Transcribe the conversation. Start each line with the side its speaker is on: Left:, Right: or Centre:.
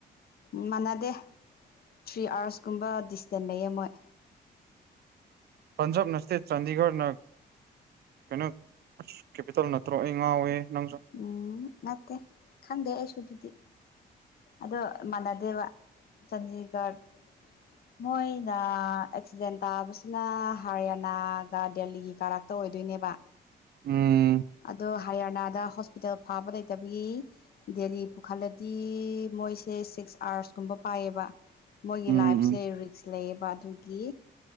Left: ꯎ ꯃꯥꯟꯅꯗꯦ ꯊ꯭ꯔꯤ ꯑꯥꯋꯔꯁꯀꯨꯝꯕ ꯗꯤꯁꯇꯦꯟ ꯂꯩꯌꯦ ꯃꯣꯏ
Right: ꯄꯟꯖꯥꯕ ꯅꯁꯇꯩ ꯆꯥꯟꯗꯤꯒꯔ ꯅ ꯀꯩꯅꯣ ꯀꯦꯄꯤꯇꯜ ꯅꯠꯇ꯭ꯔꯣ ꯑꯩ ꯉꯥꯎꯋꯦ ꯅꯪꯁꯨ
Left: ꯎꯝ ꯅꯠꯇꯦ ꯈꯪꯗꯦ ꯑꯩꯁꯨꯨꯗꯨꯗꯤ ꯑꯗꯣ ꯃꯅꯥꯗꯦꯕ ꯆꯥꯟꯗꯤꯒꯔ ꯃꯣꯏꯅ ꯑꯦꯛꯁꯤꯗꯦꯟ ꯇꯥꯕꯁꯤꯅ ꯍꯔꯤꯌꯥꯅꯥꯒ ꯗꯦꯜꯂꯤꯒꯤ ꯀꯥꯔꯛꯇ ꯑꯣꯏꯗꯣꯏꯅꯦꯕ
Right: ꯎꯝ
Left: ꯑꯗꯣ ꯍꯔꯤꯌꯥꯅꯥꯗ ꯍꯣꯁꯄꯤꯇꯥꯜ ꯐꯥꯕ ꯂꯩꯇꯕꯒꯤ ꯗꯦꯜꯂꯤ ꯄꯨꯈꯠꯂꯗꯤ ꯃꯣꯏꯁꯦ ꯁꯤ ꯁꯤꯛꯁ ꯑꯥꯔꯁꯀꯨꯝꯕ ꯄꯥꯏꯌꯦꯕ ꯃꯣꯏꯒꯤ
Right: ꯎꯝ
Left: ꯂꯥꯏꯐꯁꯦ
Right: ꯎꯝ
Left: ꯔꯤꯛꯁ ꯂꯩꯌꯦꯕ ꯑꯗꯨꯒꯤ